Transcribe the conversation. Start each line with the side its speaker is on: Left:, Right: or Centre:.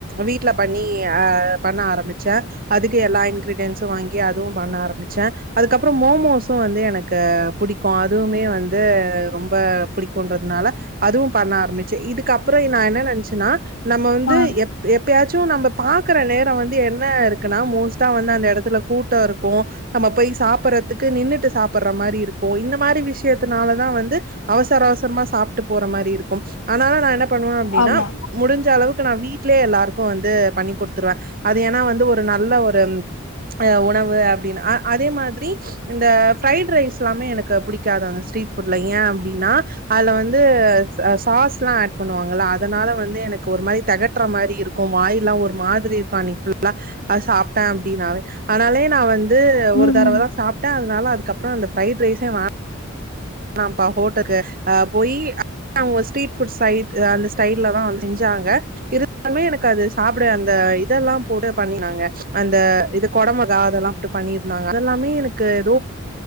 Right: வீட்ல பண்ணி அ பண்ண ஆரம்பிச்சே அதுக் கு எல்லா இன்கிரீடியன்ஸு வாங்கி அது அதுவு பண்ண ஆரம்பிச்சே அதுக்கப்பறோ மோமோஸும் வந்து எனக்கு புடிக்கு அதுவுமே வந்து ரொம்ப புடிக்குன்றதுனால அதுவும் பண்ண ஆரம்பிச்ச இதுக்கப்பறோ நா என்ன நெனச்சனா நம்ம வந்து
Left: ஆ
Right: எப் எப்பயாச்சு து நம்ம பாக்குற நேரோ வந்து என்ன இருக்குன்னா மோஸ்டா வந்து அந்த எடத்துல கூட்டோ இருக்கு நம்ம போய் சாப்பறதுக்கு நின்னுட்டு சாப்பற மாறி இருக் இந்த மாரி விஷயத்துனாலதா வந்து அவசர அவசரமா சாப்டு போற மாரி இருக்கும் அதனால நா என்ன பண்ணுவே அப்டின்னா
Left: ஆமா
Right: முடிஞ்ச அளவுக்கு நா வீட் வீட்லயே எல்லாருக்கு வந்து பண்ணி குடுத்துருவே அது ஏன்னா வந்து ஒரு நல்ல ஒரு உணவு அப்டின்னு அ அதே மாதிரி இந்த ஃபிரரைட் ரைஸ் திலாமே எனக்கு புடிக்காது அந்த ஸ்ட்ரீட் ஃபுட்ல ஏன் அப்டின்னா அதுல வந்து சாஸ்லா ஆட் பண்ணுவாங்கள்ல அதனால வந்து எனக்கு ஒரு மாறி தெகட்றா மாரி இருக்கோ வாயிலாம் ஒரு மாதிரி இருக்கோ அணிக்கு ஃபுல்லா அது சாப்டே அப்டினாவே அதனாலே நா வந்து அது ஒரு
Left: ம்
Right: தரவ
Left: ம்
Right: தா சாப் டா அதுனால அதுக்கப்பரோ அந்த ஃப்ரைட் ரைஸே வே ந ப்பா ஹோட்டக்கு ஆஹ் போய் அவங்க ஸ்ட்ரீட் ஃபுட்சைட் அந்த ஸ்டைலதான் வந்து செஞ்சாங்க இருந்தாலுமே எனக்கு அது சாப்பட அந்த இதெல்லாம் போட்டு பண்ணினாங்க அந்த இது கொடமொகா அதெல்லாம் போட்டு பண்ணிருந்தாங்க அதெல்லாமே எனக்கு ஏதோ